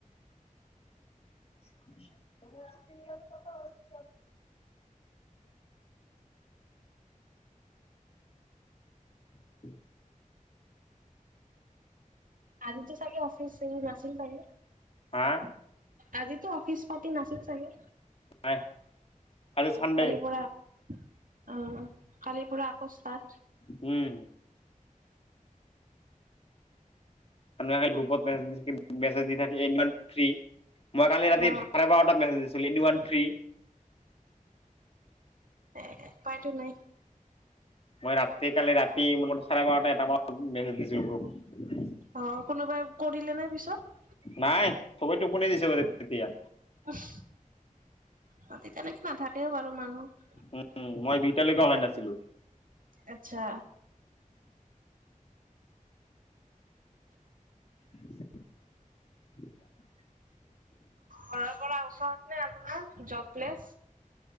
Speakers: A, on the left; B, on the right.
A: <unintelligible> <unintelligible> <unintelligible>
B: আজি টো চাগে অফিচ নাছিল চাগে?
A: হা?
B: আজিতো অফিচ পাতি নাছিলো চাগে,
A: নাই আজি চানডে
B: কালিৰ পৰা অ' কালিৰ পৰা আকৌ ষ্টাৰ্ট।
A: উম। মানুহে গ্ৰুপত মে, <unintelligible> মেছেজ দি থাকে, এই ইমান থ্ৰী মই কালি ৰাতি
B: অ
A: <unintelligible> বাৰটাত মেছেজ দিছোঁ, এণ্ড ওৱান ফ্ৰী।
B: এ উপাইতো নাই।
A: মই ৰাতি, কালি ৰাতি, মোৰ চাৰে বাৰটা এটামানত মেচেজ দিছিলো গ্ৰুপ।
B: অ', কোনোবাই কৰিলেনে পিছত?
A: নাই, সবেই টোপনি দিছে <unintelligible> তেতিয়া।
B: উহ, ৰাতি তেনেকে নাথাকেও বাৰু মানুহ।
A: উম, মই দুইটালৈকে অনলাইন আছিলো।
B: আচ্ছা।
A: <unintelligible>
B: ঘৰৰ পৰা ওচৰত নে আপোনাৰ জব প্লেচ?